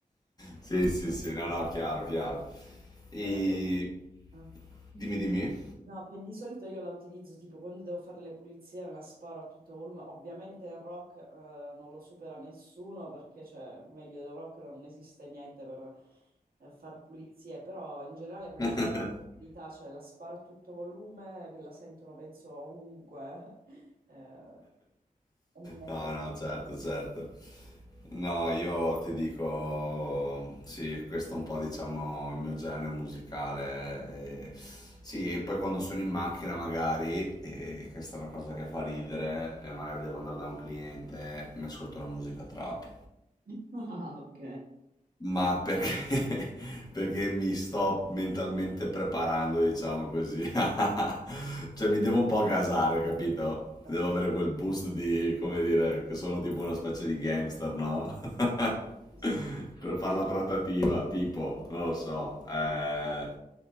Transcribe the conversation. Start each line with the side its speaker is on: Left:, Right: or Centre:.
Left: Sì, sì, sì, no, no, chiaro, chiaro. E...
Right: Ma Perché... ah.
Left: Dimmi, dimmi.
Right: No, che di solito io la utilizzo tipo quando devo fare le pulizie, me la sparo a tutto volume. Ovviamente il rock eh, non lo supera nessuno perché, cioè, meglio del rock non esiste niente per eh, far pulizie, però in generale quando
Left: <laughs>
Right: sono in attività, cioè la sparo a tutto volume, che la sentono penso ovunque <laughs> eh, e mi metto
Left: No,
Right: in
Left: no, certo,
Right: modo.
Left: certo. No, io ti dico, sì, questo è un po', diciamo, il mio genere musicale. eh, sì, e poi quando sono in macchina magari, eh, questa è una cosa che fa ridere, e magari devo andare da un cliente, mi ascolto la musica trap.
Right: <laughs> Ah, ok.
Left: Ma perché, <laughs> perché mi sto mentalmente preparando, diciamo così. <laughs> Cioè mi devo un po' gasare, capito?
Right: Capisci?
Left: Devo avere quel boost di, come dire, che sono tipo una specie di gangster, no? <laughs>
Right: Sì, sì.
Left: Per
Right: No,
Left: fare la trattativa, tipo, non lo so. eh.